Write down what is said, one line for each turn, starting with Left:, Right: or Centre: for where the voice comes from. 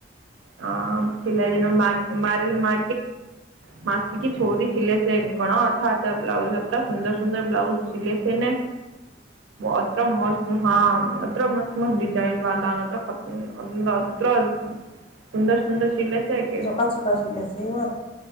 Right: હ સલા દ મા માકે <unintelligible> છોરી છલે છે. ઘણાો અચ્છા અચ્છા બ્લાઉઝ હતા સુંદર સુંદર બ્લાઉસ સીલે ને અત્ર મસ્ત હા અત મસ્ત. કમત ડિઝાઈન વાલા નત્ર ખપ અત્ર સુંદર. સુંદર શીલે છે કે
Left: ચોખા ચોખા સીલે છે એમાં